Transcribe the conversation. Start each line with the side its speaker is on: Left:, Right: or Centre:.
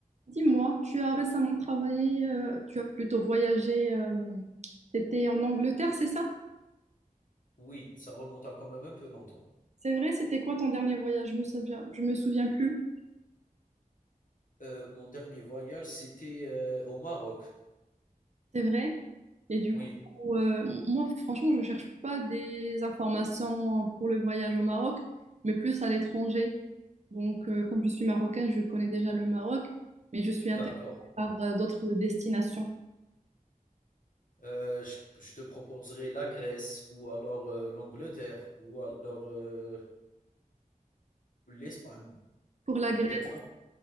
Right: Dis-moi, tu as récemment travaillé, euh, tu as plutôt voyagé, tu étais en Angleterre, c'est ça?
Left: Oui, ça remonte à quand même un peu longtemps.
Right: C'est vrai, c'était quoi ton dernier voyage? Je me souviens, je me souviens plus,
Left: Heu, mon dernier voyage, c'était, heu, au Maroc.
Right: c'est vrai. Et du
Left: Oui,
Right: coup, euh, m- moi, franchement, je ne cherche pas des informations pour le voyage au Maroc, mais plus à l'étranger. Donc, euh, comme je suis marocaine, je connais déjà le Maroc, mais je suis intéressée
Left: d'accord.
Right: par euh, d'autres destinations.
Left: Heu, je je te proposerai la Grèce ou alors, heu, l'Angleterre ou alors, heu, l'Espagne
Right: Pour la
Left: ou
Right: Grèce,
Left: peut-être la